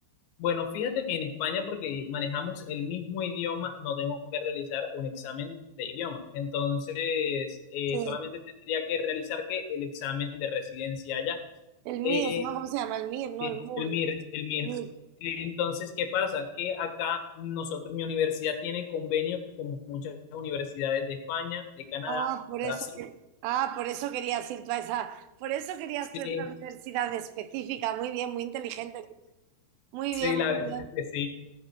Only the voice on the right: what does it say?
Sí.
El MIR,
¿no? ¿Cómo se llama? El MIR, no,
el MUR.
¿no? El MIR.
Ah, por
eso que- ah, por eso querías ir tú a esa, por eso querías
tú a esa universidad específica. Muy bien, muy inteligente. Muy
bien,
muy
bien.